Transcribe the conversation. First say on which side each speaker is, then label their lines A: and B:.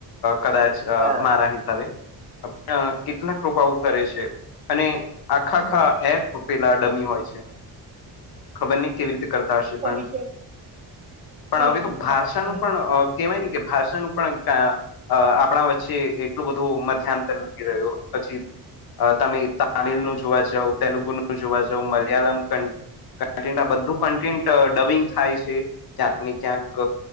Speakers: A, on the left; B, on the right.
A: કદાચ
B: હા હા
A: મારા હિસાબે પણ કેટલાક લોકો આવું કરે છે. અને આખાખા
B: ત્યારે
A: એપ પેલા ડમી હોય છે ખબર નહ કેવી રીતે કરતા. કરતા હશે
B: ભવિષ્ય
A: પણ પણ
B: એ
A: હવે
B: મને
A: તો
B: ખબર
A: ભાષાનું
B: છે.
A: પણ કહેવાય ને કે ભાષા નનું પણ અ આપણા વચ્ચે એટલું બધું મધ્યાંતર નથી રહ્યો પછી. તમે તામિલ નું જોવા જાવ તેલુગુ નું જોવા જં મલયાલમ ક ક આ બધું કન્ટેન્ટ ડવિંગ થાય છે ક્યાંક ને ક્યાંક